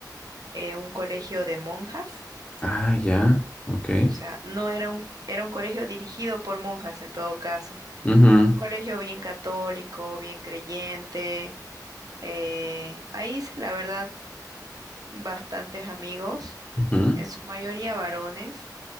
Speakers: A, on the right; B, on the left.
A: eh, un colegio de monjas,
B: Ah, ya. Ok.
A: o sea, no era un, era un colegio dirigido por monjas en todo caso,
B: Ujú,
A: un colegio bien católico, bien creyente, eh, ahí hice la verdad bastantes amigos,
B: ujú.
A: en su mayoría varones,